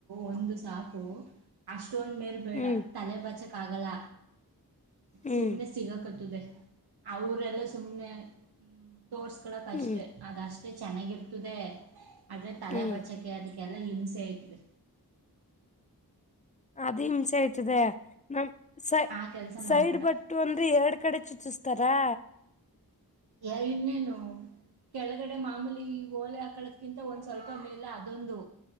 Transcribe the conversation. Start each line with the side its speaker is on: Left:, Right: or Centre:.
Right: ಒಂದು ಸಾಕೋ ಅಷ್ಟ ಅಷ್ಟೊಂದ ಮೇಲ್ ಬೇಡ
Left: ಹ್ಮ್
Right: ತಲೆ ಬಚಕ್ ಆಗಲ್ಲ
Left: ಹ್ಮ್
Right: ಸುಮ್ನೆ ಸಿಗಕತ್ತದೆ ಅವರೆಲ್ಲ ಸುಮ್ಮ್ನೆ ತೋರ್ಸ್ಕಳಕ್
Left: ಹ್ಮ್
Right: ಅಷ್ಟೇ ಅದ ಅಷ್ಟೇ ಚೆನ್ನಾಗಿರ್ತದೆ ಆದದ್ರೆ ತಲೆ
Left: ಹ್ಮ್
Right: ಬಚ್ಚಕೆ ಅದ ಎಲ್ಲ ಹಿಂಸೆ ಆಯತದೆ
Left: ಅದು ಹಿಂಸೆ ಆಯ್ತದೆ ನಮ್ ಸ
Right: ಆ ಕೆಲ್ಸ
Left: ಸೈಡ್
Right: ಮಾಡ್ಬೇಡ
Left: ಬಟ್ಟು ಅಂದ್ರೆ ಎರಡು ಕಡೆ ಚುಚ್ಚಸ್ತಾರಾ
Right: ಎರ ಇನ್ನೇನು ಕೆಳಗಡೆ ಮಾಮೂಲಿ ಈ ಓಲೆ ಹಾಕಳದ್ಕಿಂತ ಒಂದ್ ಸ್ವಲ್ಪ ಮೇಲೆ ಅದೊಂದು